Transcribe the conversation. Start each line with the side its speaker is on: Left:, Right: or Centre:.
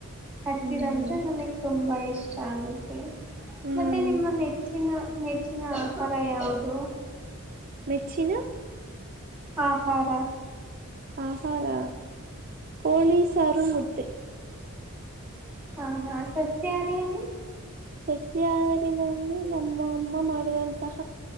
Centre: ಹಸಿರ
Right: ಹ್ಮ್
Centre: ಅಂದ್ರೆ ನನಗ ತುಂಬಾ ಇಷ್ಟ ಆಗುತ್ತೆ
Right: ಹ್ಮ್
Centre: ಮತ್ತೆ ನಿಮ್ಮ ನೆಚ್ಚಿನ ನೆಚ್ಚಿನ ಆಹಾರ ಯಾವುದು
Right: ಮೆಚ್ಚಿನ
Centre: ಆ ಹಾರಾ
Right: ಆಹಾರ ಕೋಳಿ ಸಾರು ಮುದ್ದೆ
Centre: ಹಾ ಹಾ ಸಸ್ಯಾಹಾರೀಯಲ್ಲಿ
Right: ಸಸ್ಯಹಾರಿ ನಲೊಲಿ ನಮ್ಮ ಅಮ್ಮ ಮಾಡುವಂತಹ